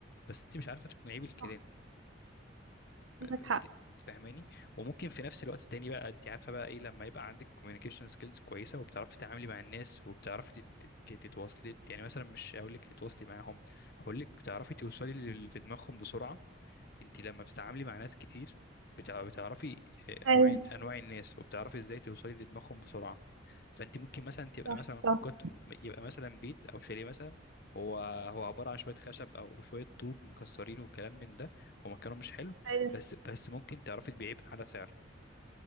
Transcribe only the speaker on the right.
صح
عندك
حق
ايوه
صح
صح
ايوه